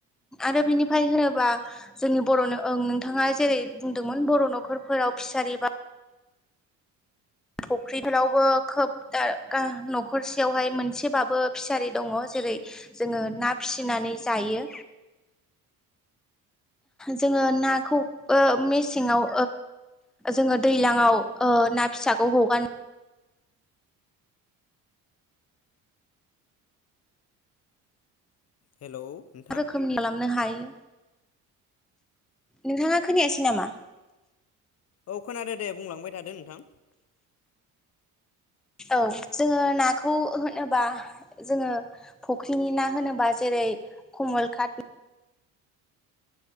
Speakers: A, in the centre; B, on the left.
A: आरो बिनिफ्राय होनोबा जोंनि बर'नों ओं नोंथाङा जेरै बुंदोंमोन बर' न'खरखौ फोराव फिसारि बा फुख्रिफ्रावबो खोबनो न'खरसेयावहाय मोनसेबाबो फिसारि दङ। जेरै जेरै जोङो ना फिसिनानै जायो। जोङो नाखौबो मेसेङाव जोङो दैलाङाव ना फिसाखौ हगारनो
B: हेलौ नोंथां
A: रोखोमनि खालामनो हायो। नोंथाङा खोनायासै नामा?
B: औ खोनादो दे बुंलांबाय थादो नोंथां।
A: औ जोङो नाखौ होनोबा जोङो फुख्रिनि ना होनोबा जेरै कमल कादनि